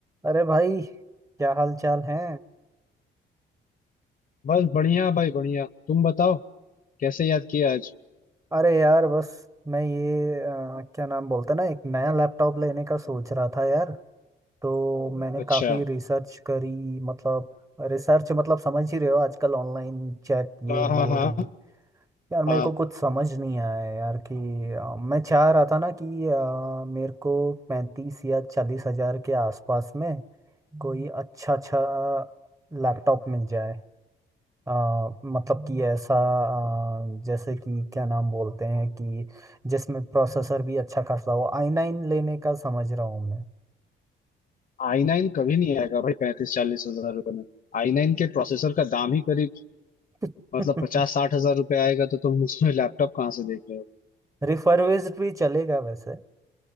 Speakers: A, on the right (about 15°); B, on the left (about 45°).
A: अरे भाई क्या हाल चाल है
B: बस बढ़िया भाई बढ़िया तुम बताओ कैसे याद किया आज
A: अरे यार बस मैं ये अ, क्या नाम बोलते हैं ना एक नया लैपटॉप लेने का सोच रहा था यार तो मैंने
B: अच्छा
A: काफ़ी रिसर्च करी मतलब रिसर्च मतलब समझ ही रहे हो आजकल ऑनलाइन चैट ये
B: हाँ
A: वो
B: हाँ हाँ
A: रिव्यू यार मेरे
B: हाँ
A: को कुछ समझ नहीं आया यार कि अ, मैं चाह रहा था ना कि अ, मेरे को पैंतीस या चालीस हज़ार के आसपास में कोई अच्छा अच्छा लैपटॉप मिल जाए अ, मतलब कि ऐसा अ, जैसे कि क्या नाम बोलते हैं कि जिसमें प्रोसेसर भी अच्छा खासा हो आई नाइन लेने का समझ रहा हूँ मैं
B: आई नाइन कभी नहीं आएगा भाई पैंतीस चालीस हजार रुपए में आई नाइन के प्रोसेसर का दाम ही करीब
A: <laughs>
B: मतलब पचास साठ हजार रुपए आएगा तो तुम उसमें लैपटॉप कहाँ से देख रहे हो
A: रिफर्बिश्ड भी चलेगा वैसे